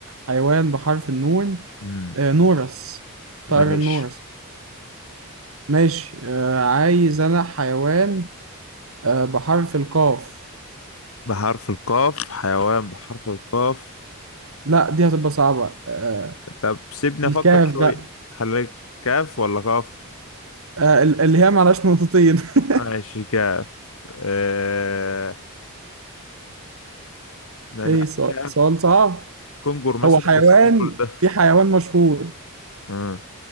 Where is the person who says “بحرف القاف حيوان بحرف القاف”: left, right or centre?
Left